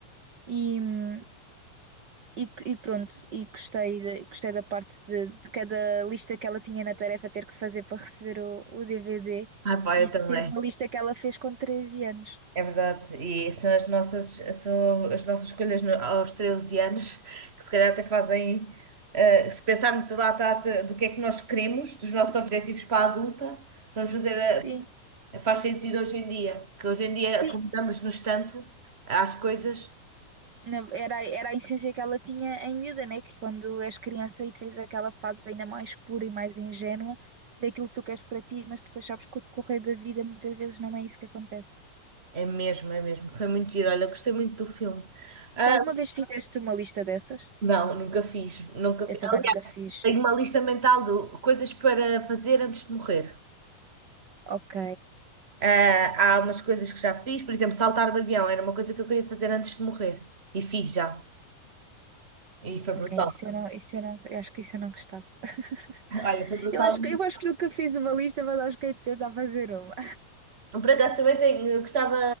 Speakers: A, on the right (about 40°); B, on the right (about 20°).
A: E, hum, e, e pronto, e gostei, de- gostei da parte de, de cada lista que ela tinha na tarefa ter que fazer para receber o, o DVD
B: Ah, pá,
A: e
B: eu também.
A: de ter uma lista que ela fez com 13 anos.
B: É verdade, e são as nossas, são as nossas escolhas no- aos 13 anos <laughs> que se calhar até fazem, eh, se pensarmos lá atrás de- do que é que nós queremos, dos nossos objetivos para a adulta, se vamos fazer,
A: Sim.
B: a- faz sentido hoje em dia, que hoje em dia
A: Sim,
B: acomodamos-nos tanto às coisas,
A: na- Era, era a essência que ela tinha em miúda, né? Que quando és criança e tens aquela fase ainda mais pura e mais ingênua daquilo que tu queres para ti, mas depois sabes que o decorrer da vida muitas vezes não é isso que acontece.
B: é mesmo, é mesmo, foi muito giro, olha, gostei muito do filme. Ah,
A: Já alguma vez fizeste uma lista dessas?
B: não, nunca fiz, nunca fiz,
A: Eu também
B: aliás,
A: nunca fiz.
B: tenho uma lista mental de coisas para fazer antes de morrer.
A: Ok,
B: Ah, há umas coisas que já fiz, por exemplo, saltar de avião era uma coisa que eu queria fazer antes de morrer e fiz já. E foi
A: ok,
B: brutal.
A: isso eu não, isso eu não, eu acho que isso eu não gostava. <laughs>
B: Olha, foi brutal.
A: Eu acho que, eu acho que nunca fiz uma lista, mas acho que hei de tentar fazer uma.
B: Por acaso também tenho, eu gostava,